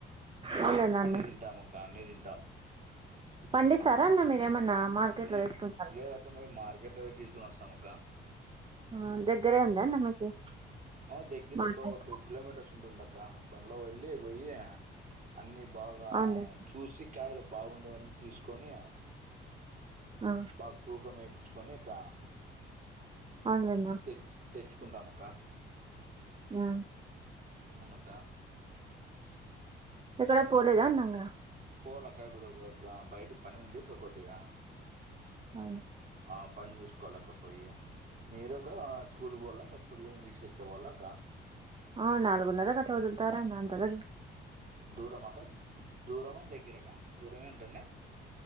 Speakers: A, on the right; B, on the right.
A: అవునులేండి అన్ని.
B: అన్నీ తింటాం అక్క అన్నీ తింటాం
A: పండిసారా అన్న మీరేమన్నా మార్కెట్‌లో
B: ఉ
A: తెచ్చుకుంటారా?
B: లేదక్క మరి మార్కెట్ల పోయి తీసుకుని వస్తాంక్క
A: ఆ దగ్గరే ఉందాన్న మీకి
B: ఆ దగ్గర
A: మార్కెట్
B: అక్క టూ కిలోమీటర్స్ ఉంటుందక్క బండ్లో వెళ్ళి పోయి అన్నీ బాగా
A: అవునులే
B: చూసి కాయలు బాగుండేవన్నీ తీసుకొని
A: ఆ
B: బాగా తూకం వేయిచ్చుకొని అక్క
A: అవున్లెన్న
B: తె తెచ్చుకుంటాము అక్క
A: ఆ
B: మునక
A: ఎక్కడ పోలేదా అన్నాంగా
B: పోలేక్క ఇప్పుడు బయటి పని ఉంది ఇక్క కొద్దిగా
A: అవునా
B: ఆ పని చూసుకోలకపోయి మీరక స్కూల్ పోల్ల క పిల్లల్ని పిల్చుకొచ్చేకి పొల్లాక
A: ఆ నాల్గునర్ర కి అట్ల వొదుల్తారన్న అంతలొ
B: దూరమాక దూరమా దగ్గరక దూరమే ఉంటుంద